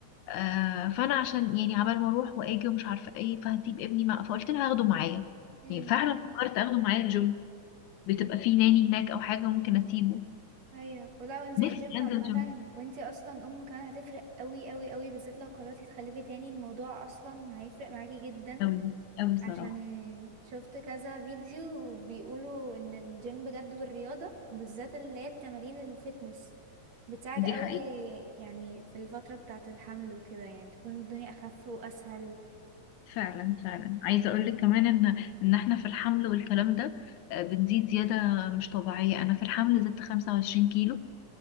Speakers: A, on the left; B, on the right.
A: آه فانا عشان يعني عبال ما اروح واجي ومش عارفة ايه فهسيب ابني مع فقلت لها هاخده معايا
B: امم
A: يعني فعلا فكرت اخده معايا الجيم بتبقى في ناني هناك او حاجة ممكن اسيبه
B: ايوه ولا وانزلي
A: نفسي
B: جيم
A: انزل
B: عامة
A: جيم
B: وانتي اصلا ام كمان هتفرق قوي قوي قوي بالذات لو قررتي تخلفي تاني الموضوع اصلا هيفرق معاكي جدا
A: قوي قوي
B: عشان
A: صراحه
B: شفت كذا فيديو بيقولوا ان الجيم بجد والرياضة وبالذات اللي هي التمارين الفتنس بتساعد
A: دي
B: قوي
A: حقيقة
B: يعني في الفترة بتاعة الحمل وكده يعني بتكون الدنيا اخف واسهل
A: فعلا فعلا عايزه اقول لك كمان ان ان احنا في الحمل والكلام ده آه، بتزيد زياده مش طبيعيه انا في الحمل زدت 25 كيلو